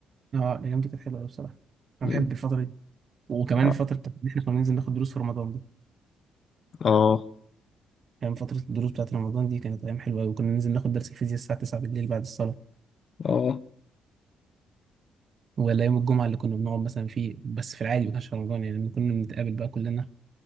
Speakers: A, on the right (about 50°); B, on the left (about 50°).
A: اه الايام دي كانت حلوه قوي بصراحه انا
B: مم.
A: بحب الفتره دي وكمان
B: اه
A: الفتره بتاعت إن احنا كنا ننزل ناخد دروس في رمضان دي
B: اه
A: يعني فتره الدروس بتاعت رمضان دي كانت ايام حلوه قوي وكنا ننزل ناخد درس الفيزياء الساعه 9 بالليل بعد الصلاه
B: اه
A: ولا يوم الجمعه اللي كنا بنقعد مثلا فيه بس في العادي ما كانش في رمضان يعني لما كنا بنتقابل بقى كلنا